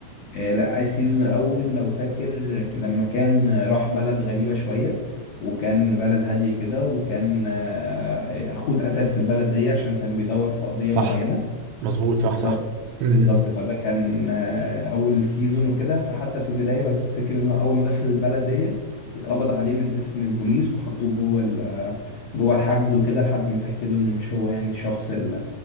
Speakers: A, on the left; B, on the right.
A: آه، لا السيزون الأول لو فاكر ك- لما كان راح بلد غريبة شوية وكان بلد هادية كده وكان آه، أخوه اتقتل في البلد دي عشان كان بيدور في قضية
B: صح
A: معينة
B: مظبوط صح
A: بالظبط
B: صح امم
A: بالظبط فده كان آه، أول سيزون وكده فحتى في البداية لو تفتكر إن هو أول ما دخل البلد دي اتقبض عليه من اسم البوليس وحطوه جوه ال- آه، جوه الحجز وكده لحد ما اتأكدوا إنه مش هو يعني الشخص ال-